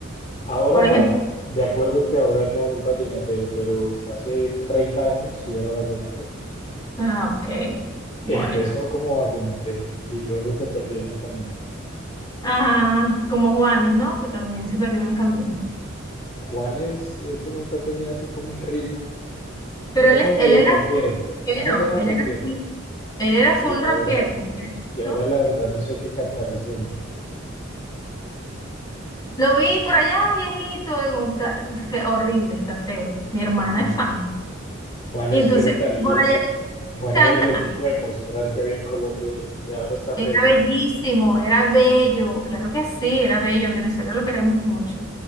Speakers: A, on the left; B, on the left.
A: Ahora
B: Por
A: no,
B: ejemplo,
A: de acuerdo que ahora no es vallenatero, pero hace 30 años sí era vallenatero.
B: Ah, ok. Bueno.
A: Empezó como vallenatero y luego se perdió en el camino.
B: Ah, como Juanes, ¿no? Que también se perdió en el camino.
A: Juanes, ese nunca tenía así como un ritmo,
B: Pero
A: era
B: él,
A: como
B: es- él
A: medio
B: era
A: rockero.
B: full rockero,
A: Juanes era
B: él
A: rockero,
B: era full, él era full
A: Y ahora,
B: rockero,
A: y ahora
B: ¿no?
A: la verdad no sé qué cantará ese hombre.
B: Lo vi por allá, viejito, en un ta- fe- horrible, está feo. Mi hermana
A: Ay,
B: es fan.
A: no. Juanes
B: Y entonces
A: que era tan
B: por
A: lindo.
B: allá
A: Juanes
B: canta.
A: era lo
B: ah,
A: único de mostrar que había en Colombia y ya ahora está feo.
B: Era bellísimo, era bello, claro que sí, era bello. En Venezuela lo queremos mucho.